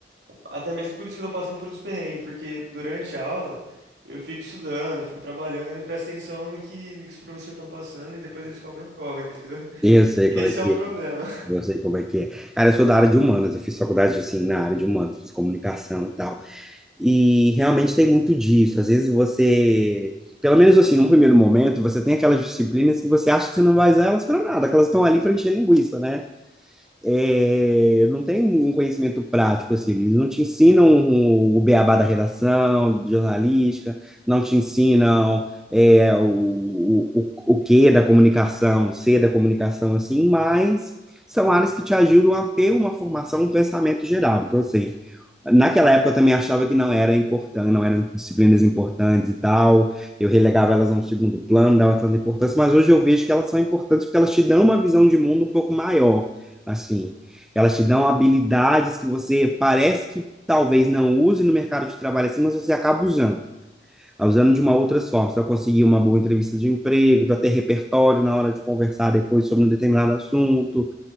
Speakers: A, on the right; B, in the centre.
A: até mesmo por isso que eu tô passando por uns perrengues, porque durante a aula eu fico estudando, fico trabalhando e não presto atenção no que, no que os professores estão passando e depois eles cobram prova, entendeu? <laughs>
B: Eu sei
A: Esse
B: como é que
A: é um problema.
B: é. Eu sei como é que é. Cara, eu sou da área de humanas, eu fiz faculdade assim na área de humanas, fiz comunicação e tal. E realmente tem muito disso. Às vezes você, pelo menos assim, num primeiro momento, você tem aquelas disciplinas que você acha que você não vai usar elas para nada, que elas estão ali para encher linguiça, né? É, não tem um um conhecimento prático, assim, eles não te ensinam o beabá da redação, de jornalística, não te ensinam é, o, o, o que da comunicação, o C da comunicação, assim, mas são áreas que te ajudam a ter uma formação, um pensamento geral. Então, assim, Naquela época eu também achava que não era importante, não eram disciplinas importantes e tal. Eu relegava elas a um segundo plano, dava tanta importância, mas hoje eu vejo que elas são importantes porque elas te dão uma visão de mundo um pouco maior, assim. Elas te dão habilidades que você parece que talvez não use no mercado de trabalho assim, mas você acaba usando, tá usando de uma outra forma, para conseguir uma boa entrevista de emprego, para ter repertório na hora de conversar depois sobre um determinado assunto.